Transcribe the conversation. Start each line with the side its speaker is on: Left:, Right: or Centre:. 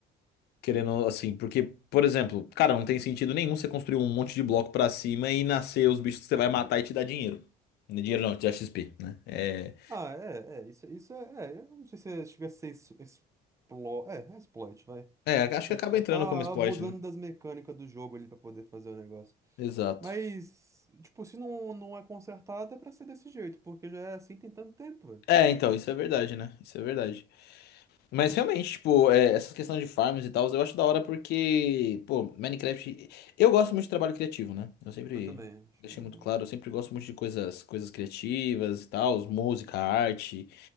Left: Querendo, assim, porque, por exemplo, cara, não tem sentido nenhum você construir um monte de bloco pra cima e nascer os bichos que você vai matar e te dar dinheiro. Dinheiro não, te dá XP, né? É,
Right: Ah, é, é. Isso, isso é, é. Eu não sei se chega a ser exploit. É, é exploit, vai.
Left: é, acho
Right: Mas
Left: que acaba
Right: pô,
Left: entrando
Right: tá
Left: como exploit,
Right: abusando
Left: né?
Right: das mecânicas do jogo ali pra poder fazer o negócio.
Left: Exato.
Right: Mas, tipo, se não, não é consertado, é pra ser desse jeito, porque já é assim tem tanto tempo, velho.
Left: É, então, isso é verdade, né? Isso é verdade. Mas realmente, tipo, é, essa questão de farms e tal, eu acho da hora porque, pô, Minecraft. Eu gosto muito de trabalho criativo, né? Eu sempre
Right: Eu também, achei
Left: deixei
Right: bem
Left: muito claro,
Right: legal.
Left: eu sempre gosto muito de coisas, coisas criativas e tal, música, arte,